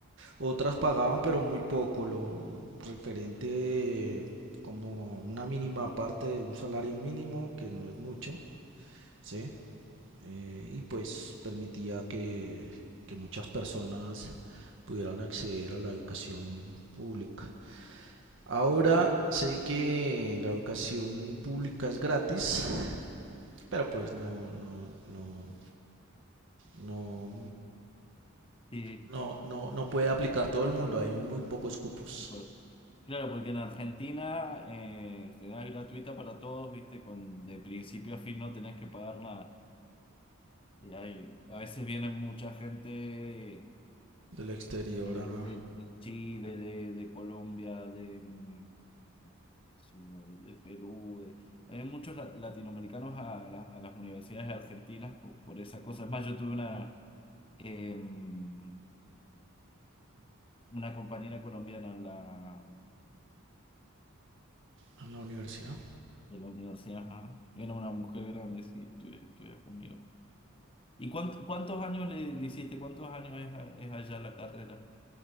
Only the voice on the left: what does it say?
Sí,
por- claro, porque en Argentina eh, en general es gratuita para todos, ¿viste? Con, de principio a fin no tenés que pagar nada. Y hay, a veces viene mucha gente eh,
de,
de Chile, de, de Colombia, de, mm, sí, no, de, de Perú. de- hay muchos la- latinoamericanos a, la- a las universidades argentinas por, por esa cosa. Es más, yo tuve una, em, una compañera colombiana en la
de la universidad, ajá. Era una mujer grande, sí, estudia, estudia conmigo. ¿Y cuánto- cuántos años le, le hiciste? ¿Cuántos años es, a- es allá la carrera?